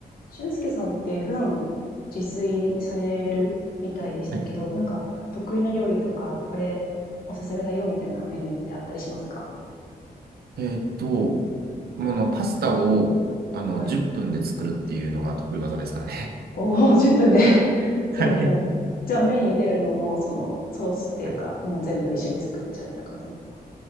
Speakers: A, on the left; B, on the right.
A: 俊介さんって普段自炊されるみたいでしたけど、
B: はい
A: なんか得意な料理とか、これおすすめだよみたいなメニューってあったりしますか
B: えーっと、もの、パスタを、あの、
A: はい。
B: 10分で作るっていうのが得意技ですからね。
A: おー、10分で <laughs> すごい
B: <laughs> はい。
A: <laughs> もう、じゃあ麺茹でるのも、そのソースっていうか、
B: はい
A: もう全部一緒に作っちゃうような感じなんですか